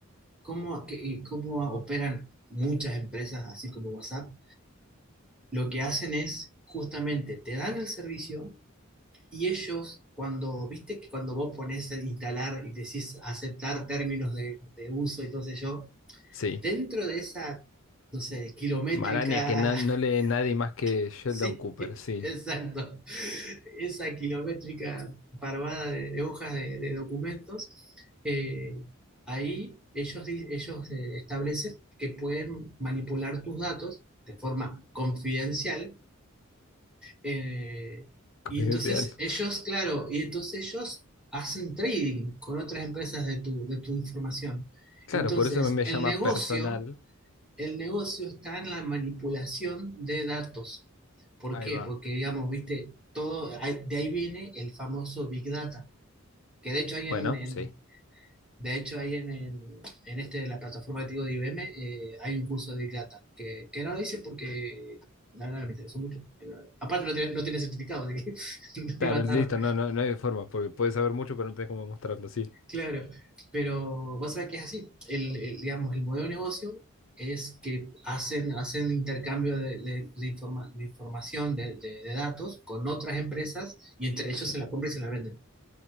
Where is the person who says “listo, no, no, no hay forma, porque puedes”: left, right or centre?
Left